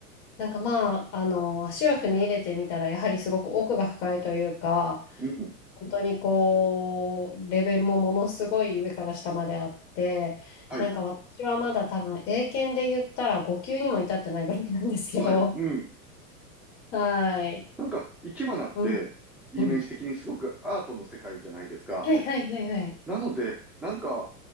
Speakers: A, on the left; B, in the centre.
A: なんかまあ、あの、足を踏み入れてみたら、やはりすごく奥が深いというか、
B: うん、
A: 本当にこう、レベルもものすごい上から下まであって、
B: はい、
A: なんか私はまだ多分英検で言ったら5級にも至ってないぐらいなんですけど、
B: はい、うん。
A: はい。
B: なんか、生け花って、
A: うん、
B: イメージ的にすごくアートの世界じゃないですか。
A: うん。はいはいはいはい。
B: なので、なんか、